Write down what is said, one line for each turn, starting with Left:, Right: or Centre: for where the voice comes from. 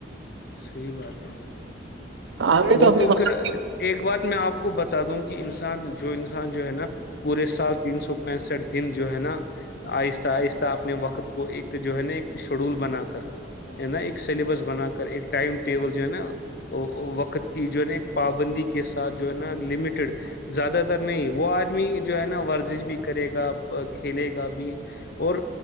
Left: صحی بات ہے
Right: ہمیں
Left: وہ
Right: اپنے
Left: تو
Right: وقت
Left: پھر
Right: کی
Left: ایک بات میں آپ کو بتا دوں کہ انسان جو انسان جو ہے نا پورے سال تین سو پینسٹھ دن جو ہے نا آہستہ آہستہ اپنے وقت کو ایک جو ہے نا ایک شیڈول بنا کر نا ایک سلیبس بنا کر ایک ٹائم ٹیبل جو ہے نا وقت کی جو ہے نا ایک پابندی کے ساتھ جو ہے نا لمیٹڈ زیادہ تر نہیں وہ آدمی جو ہے نا ورزش بھی کرے گا کھیلے گا بھی اور